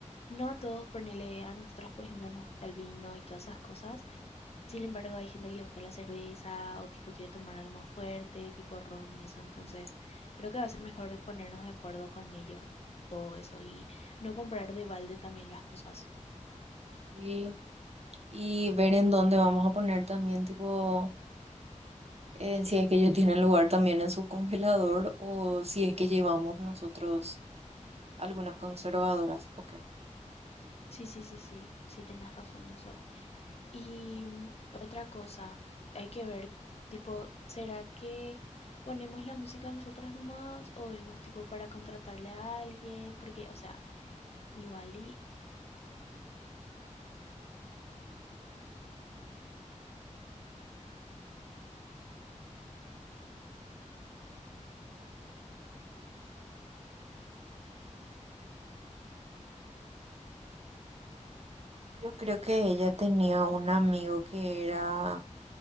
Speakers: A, on the left (about 50°); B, on the right (about 55°).
A: no a todos, ponele, a nosotros, por ejemplo, nos gusta el vino y todas esas cosas, sin embargo, hay gente que le gusta la cerveza o tipo quiere tomar algo más fuerte, tipo ron y eso, entonces creo que va a ser mejor ponernos de acuerdo con ellos todo eso y no comprar de balde también las cosas.
B: Y, y ver en dónde vamos a poner también tipo eh, si es que ellos tienen lugar también en su congelador o si es que llevamos nosotros Algunas conservadoras, ok.
A: Sí, sí, sí, sí, sí, tenés razón eso. Y mm, otra cosa, hay que ver, tipo, ¿será que ponemos la música nosotras nomás o vemos tipo para contratarle a alguien? Porque, o sea, igual y...
B: Yo creo que ella tenía un amigo que era,